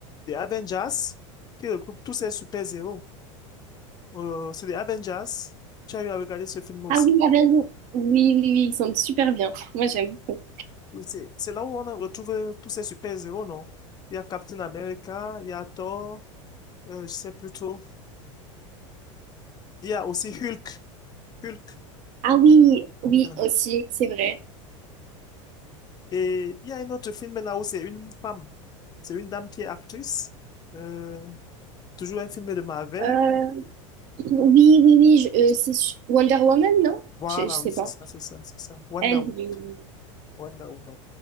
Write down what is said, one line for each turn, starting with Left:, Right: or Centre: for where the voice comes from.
Left: des Avengers qui regroupe tous ces super-héros. Euh, c'est des Avengers. Tu as eu à regarder ce film aussi.
Right: Ah oui, Avengers. Oui, oui, oui, ils sont super bien. Moi j'aime beaucoup.
Left: Oui, c'est, c'est là où on a retrouvé tous ces super-héros, non? Il y a Captain America, il y a Thor, euh, je sais plus trop. Il y a aussi Hulk. Hulk.
Right: Ah oui, oui
Left: <laughs>
Right: aussi, c'est vrai.
Left: Et il y a un autre film là où c'est une femme, c'est une dame qui est actrice, euh, toujours un film de Marvel.
Right: Euh, oui, oui, oui, je- euh, c'est su- Wonder Woman, non?
Left: Voilà,
Right: Je, je sais
Left: oui, c'est
Right: pas.
Left: ça, c'est ça, c'est ça. Wonder
Right: Elle,
Left: Woman,
Right: euh,
Left: Wonder Woman.